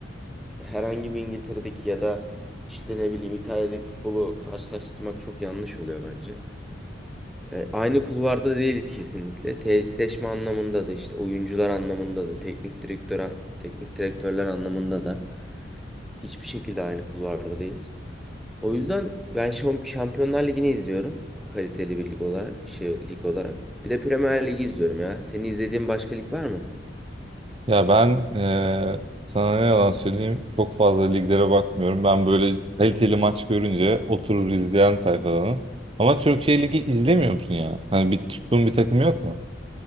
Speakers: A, in the centre; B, on the right (about 30°).
A: herhangi bir İngiltere'deki ya da işte ne bileyim İtalya'daki futbolu karşılaştırmak çok yanlış oluyor bence. E, aynı kulvarda değiliz kesinlikle. Tesisleşme anlamında da işte oyuncular anlamında da teknik direktör an- teknik direktörler anlamında da hiçbir şekilde aynı kulvarda değiliz. O yüzden ben Şam- Şampiyonlar Ligi'ni izliyorum. Kaliteli bir lig olarak, şey, lig olarak. Bir de Premier Ligi izliyorum ya. Senin izlediğin başka lig var mı?
B: Ya ben ee, sana ne yalan söyleyeyim çok fazla liglere bakmıyorum. Ben böyle kaliteli maç görünce oturur izleyen tayfadanım. Ama Türkiye Ligi izlemiyor musun yani? Hani bir tuttuğun bir takım yok mu?